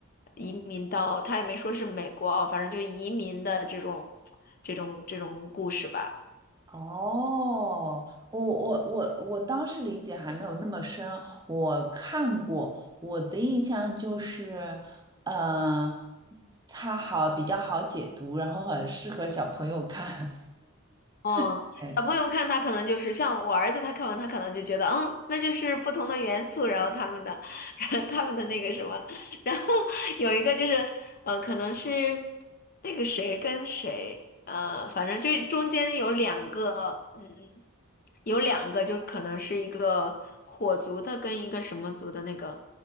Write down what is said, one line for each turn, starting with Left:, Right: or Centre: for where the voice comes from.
Left: 移民到他也没说是美国啊，反正就移民的这种这种这种故事吧。
Right: 哦，我我我我当时理解还没有那么深，我看过，我的印象就是，嗯、它好比较好解读，然后很适合小朋友看。
Left: 哦，
Right: <laughs> 对
Left: 小朋友看他可能就是像我儿子，他看完他可能就觉得，嗯，那就是不同的元素，然后他们的，<laughs> 他们的那个什么，然后有一个就是，呃，可能是那个谁跟谁，呃，反正就是中间有两个，嗯，有两个就可能是一个火族的跟一个什么族的那个，